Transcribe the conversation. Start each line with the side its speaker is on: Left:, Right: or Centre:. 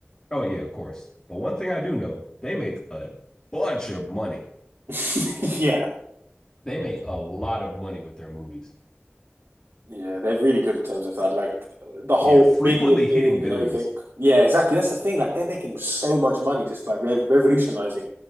Left: Oh yeah, of course. But one thing I do know, they make a bunch of money.
Right: <laughs> Yeah.
Left: They make a lot of money with their movies.
Right: Yeah, they're really good in terms of that. Like the whole
Left: Yeah, frequently
Right: media
Left: hitting
Right: thing
Left: billions,
Right: and everything. Yeah, exactly. That's the thing. Like they're making so much money, just like re revolutionizing